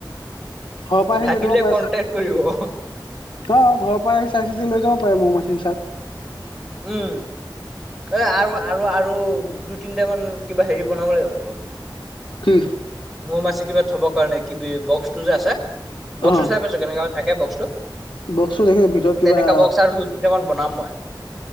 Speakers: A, on the left; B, in the centre.
A: ঘৰৰ পৰা আহি
B: লাগিলে
A: লৈ যাব পাৰে
B: কণ্টেক্ট
A: চাগে
B: কৰিব।
A: অ ঘৰৰ পৰাই চাই চিতি লৈ যাব পাৰে মৌ মাখি চাত।
B: উম। এ আৰু আৰু আৰু দুই, তিনটামান কিবা হেৰি বনাব লাগিব মোৰ লগত
A: কি?
B: মৌ মাছি কিবা থবৰ কাৰণে কিবি বক্সটো যে আছে। বক্সটো
A: অ
B: চাই পাইছো কেনেকা থাকে বক্সটো,
A: বক্সটো দেখি ভিতৰত কিবা
B: তেনেকা বক্স আৰু দুই, তিনটামান বনাম মই।